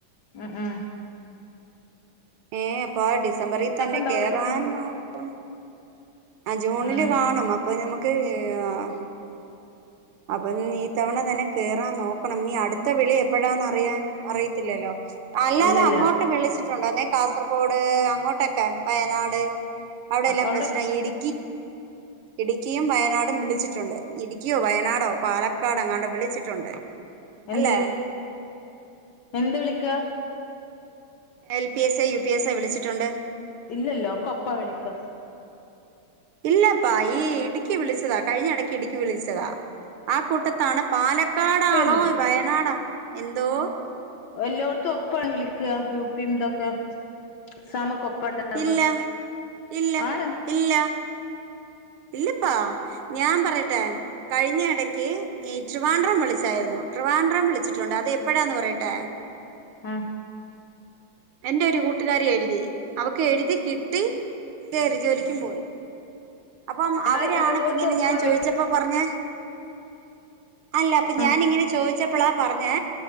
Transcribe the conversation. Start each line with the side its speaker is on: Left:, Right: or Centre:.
Left: അ ആഹ്
Right: ഏ ആപ്പാ ഡിസംബറിൽ തന്നെ
Left: ഉണ്ടാവും
Right: കേറാൻ
Left: എക്സാം
Right: നോക്കണം ആ ജൂണിൽ
Left: ഉം
Right: കാണും അപ്പോ ഞമ്മക്ക് നമ്മക്ക് അപ്പോ ഇത്തവണ തന്നെ കേറാൻ നോക്കണം ഇനി അടുത്ത വിളി എപ്പളാ അറിയിതില്ലല്ലോ അല്ലാതെ
Left: ഇല്ലല്ല
Right: അങ്ങോട്ട് വിളിച്ചി ട്ട് കാസർഗോഡ് അങ്ങോട്ടാക്കെ, വയനാട് അവിടെല്ലാംവിളിച്ചിട്ടുണ്ട്.
Left: അവിടെ
Right: ഇടു ഇടുക്കി യും വയനാട് ഉം വിളിച്ചിട്ടുണ്ട്. ഇടുക്കിയോ വയനാടോ പാലക്കാടോ എങ്ങാണ്ട് വിളിച്ചിട്ടുണ്ട്
Left: എന്ത്
Right: അല്ലെ
Left: എന്ത് വിളികാ
Right: എ പി സൊ, യൂ പി എസോ വിളിച്ചിട്ടുണ്ട്
Left: ഇല്ലല്ലോ ഒക്കെ ഒപ്പ വിളിക്കാ
Right: ഇല്ലപ്പാ.. ഈ ഇടുക്കി വിളിച്ചതാ. കഴിഞ്ഞടക്ക് ഇടുക്കി വിളിച്ചതാ ആ കൂട്ടത്താണ് പാലക്കാട്‌
Left: ഒപ്പേനു
Right: ആണോ വയനാട് ആ എന്തോ
Left: എല്ലോടത്തും ഒപ്പ വിളികാ യു പ്പി ഇതൊക്കെ എക്സാം ഒക്കെ ഉണ്ടാവുക
Right: ഇല്ല ഇല്ല
Left: ആണ്
Right: ഇല്ല ഇല്ലപ്പാ ഞാൻ പറയ <unintelligible> കഴിഞ്ഞ ഇടക്ക് ഈ ട്രിവാൻഡ്രം വിളിച്ചായിരുന്നു ട്രിവാൻഡ്രം വിളിച്ചിട്ടുണ്ട് അത എപ്പളാണ് പറയട്ടെ
Left: ആ
Right: എന്റെ ഒരു കൂട്ടുകാരി എഴുതി അവൾക്ക് എഴുതി കിട്ടി കേറി ജോലിക്കും പോയി അപ്പം
Left: എല്ലാ
Right: അവരാണ്
Left: എല്ലോടത്തും
Right: ഇങ്ങനെ
Left: ഒപ്പാ
Right: ഞാൻ
Left: വി
Right: ചോദിച്ചപ്പം പറഞ്ഞ അല്ല പ്പം
Left: ആ
Right: ഞാനിങ്ങനെ ചോദിച്ചപ്പളാ പറഞ്ഞേ